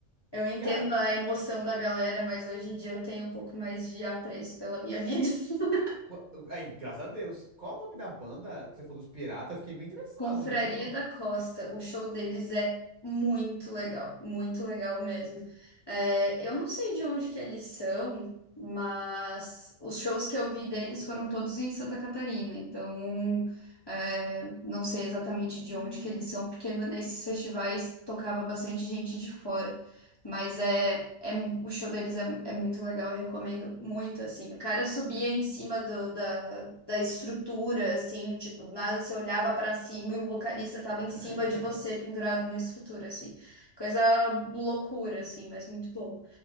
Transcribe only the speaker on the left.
Eu entendo
a emoção da galera, mas hoje em dia eu tenho um pouco mais de apreço pela minha vida. <laughs>
Confraria
da Costa, o show deles é muito legal, muito legal mesmo. É, eu não sei de onde que eles são, mas os shows que eu vi deles foram todos em Santa Catarina, então é, não sei exatamente de onde que eles são, porque no- nesses festivais tocava bastante gente de fora. Mas é, é mu- o show deles é, é muito legal, eu recomendo muito, assim. O cara subia em cima do- da, da estrutura, assim, tipo, do nada você olhava pra cima e o vocalista tava
em cima de você, pendurado na estrutura, assim. Coisa loucura, assim, mas muito bom.